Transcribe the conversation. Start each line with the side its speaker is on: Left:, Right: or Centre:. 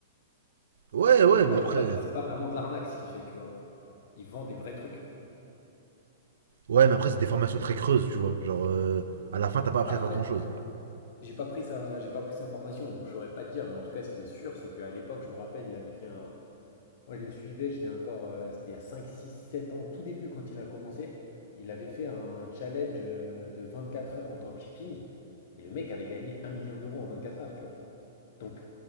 Right: Ouais, ouais,
Left: Alors pour
Right: mais
Left: moi,
Right: après.
Left: c'est pas, c'est pas vraiment de l'arnaque ce qu'il fait, tu vois. Il vend des vrais trucs.
Right: Ouais, mais après, c'est des formations très creuses, tu vois. Genre, euh, à la fin, t'as pas appris
Left: Bah,
Right: à
Left: après,
Right: faire grand chose.
Left: J'ai pas pris sa, j'ai pas pris sa formation, donc je saurais pas te dire, mais en tout cas, ce qui est sûr, c'est qu'à l'époque, je me rappelle, il avait fait un. Moi, je le suivais, j'étais encore. euh, c'était il y a 5, 6, 7 ans, au tout début, quand il a commencé, il avait fait un challenge euh, de quatre heures en dropshipping, et le mec avait gagné un million d'euros en 24 heures, tu vois. Donc,